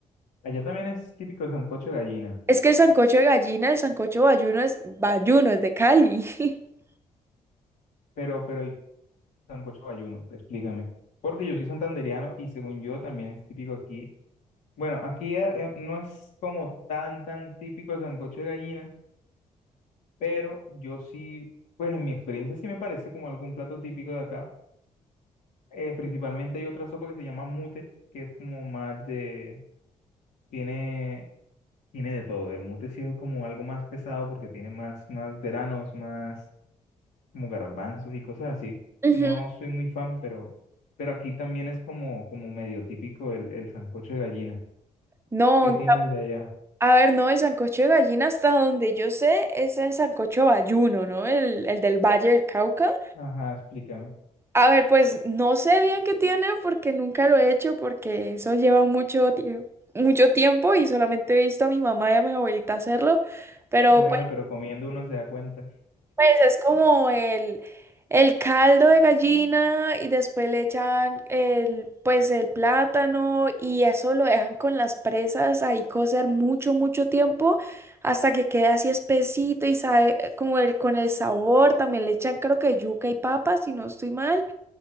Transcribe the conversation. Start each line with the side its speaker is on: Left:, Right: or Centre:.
Left: allá también es típico el sancocho de gallina,
Right: Es que el sancocho de gallina, el sancocho bayuno es bayuno, es de Cali. <laughs>
Left: pero, pero el sancocho bayuno, explícame. Porque yo soy santandereano y según yo también es típico aquí. Bueno, aquí eh, eh, no es como tan, tan típico el sancocho de gallina, pero yo sí, pues en mi experiencia sí me parece como algún plato típico de acá. Eh, principalmente hay otra sopa que se llama mute, que es como más de, tiene, tiene de todo. El mute sí es como algo más pesado porque tiene más, más granos, más como garbanzos y cosas así.
Right: Ujú.
Left: No soy muy fan, pero, pero aquí también es como, como medio típico el, el sancocho de gallina.
Right: No,
Left: ¿Qué tiene el de allá?
Right: a ver, no, el sancocho de gallina hasta donde yo sé es el sancocho bayuno, ¿no? El, el del Valle del Cauca.
Left: Ajá, explícame.
Right: A ver, pues no sé bien qué tiene porque nunca lo he hecho porque eso lleva mucho tiempo, mucho tiempo y solamente he visto a mi mamá y a mi abuelita hacerlo, pero
Left: Bueno,
Right: pues
Left: pero comiendo uno se da cuenta.
Right: Pues es como el, el caldo de gallina y después le echan el, pues el plátano y eso lo dejan con las presas ahí cocer mucho, mucho tiempo hasta que quede así espesito y sabe eh, como el, con el sabor. También le echan creo que yuca y papas, si no estoy mal.